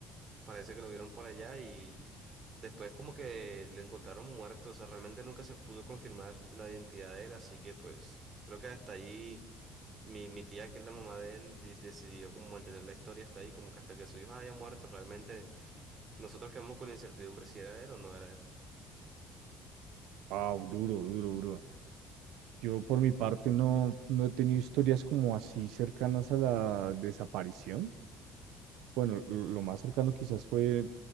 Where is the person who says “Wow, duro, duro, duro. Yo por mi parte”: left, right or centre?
Right